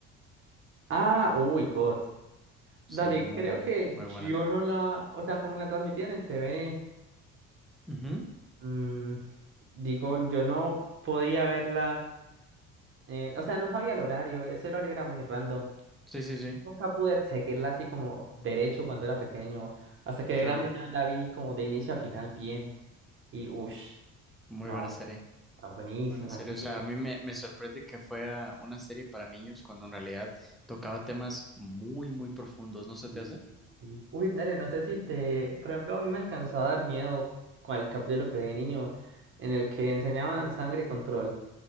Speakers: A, on the right (about 40°); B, in the centre.
A: Ah, uy, God.
B: Sí,
A: Dale,
B: muy,
A: creo que
B: muy buena.
A: yo no la, o sea, como la transmitían en TV,
B: Ujú.
A: mm, digo, yo no podía verla, eh, o sea, no sabía el horario, ese horario era muy random.
B: Sí, sí, sí,
A: Nunca pude seguirla así como derecho cuando era pequeño. Hasta que
B: claro,
A: de grande ya la vi como de inicio a final bien. Y uff,
B: muy
A: no,
B: buena serie.
A: está buenísima,
B: Una serie,
A: sí.
B: o sea, a mí me, me sorprende que fuera una serie para niños cuando en realidad tocaba temas muy, muy profundos, ¿no se te
A: Sí,
B: hace?
A: sí, sí. Uy, dale, no sé si te. Por ejemplo, a mí me alcanzó a dar miedo con el capítulo que vi de niño, en el que enseñaban sangre y control.